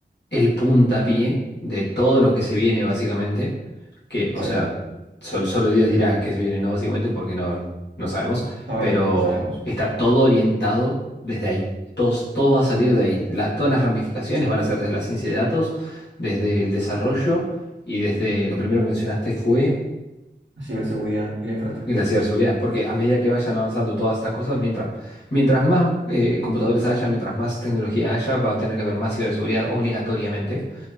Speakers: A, on the left (about 65°); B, on the right (about 80°).
A: el puntapié de todo lo que se viene, básicamente. Que,
B: exacto,
A: o sea, sol- solo Dios dirá que se viene, no, básicamente, porque no, no sabemos.
B: sabemos,
A: Pero
B: sabemos.
A: está todo orientado desde ahí. Todo, todo va a salir de ahí. La- todas las ramificaciones van a ser desde la ciencia de datos, desde el desarrollo y desde lo primero que mencionaste fue
B: La ciberseguridad y la infraestructura.
A: la ciberseguridad. Porque a medida que vayan avanzando todas estas cosas, mientras, mientras más eh, computadores haya, mientras más tecnología haya, va a tener que haber más ciberseguridad obligatoriamente.